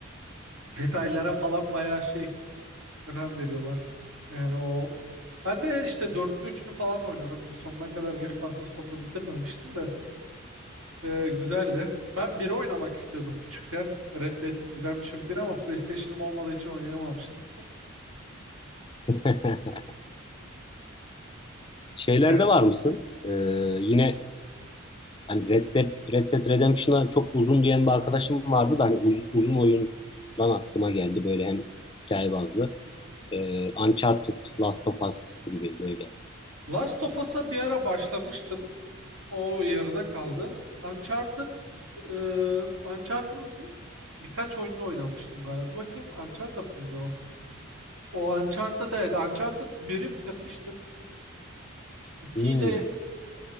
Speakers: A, on the right; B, on the left.
A: detaylara falan bayağı şey Önem veriyorlar. Yani o ben de işte dörtlü üçünü falan oynadım. Bir sonuna kadar gelip aslında sonunu bitirmemiştim de. Ee, güzeldi. Ben biri oynamak istiyordum küçükken. Red Dead Redemption 1 ama PlayStation'ım olmadığı için oynayamamıştım.
B: <laughs> Şeylerde
A: Yani
B: var mısın? Ee, yine Hani Red Dead, Red Dead Redemption'a çok uzun diyen bir arkadaşım vardı da hani uz- uzun oyundan aklıma geldi böyle hem hikaye bazlı. Ee, Uncharted, Last of Us gibi böyle.
A: Last of Us'a bir ara başlamıştım. O yarıda kaldı. Uncharted, e, Uncharted'ın birkaç oyununu oynamıştım galiba. Dur bakayım Uncharted mıydı o? O Uncharted evet Uncharted biri bitirmiştim. 2'yi
B: Hmm.
A: de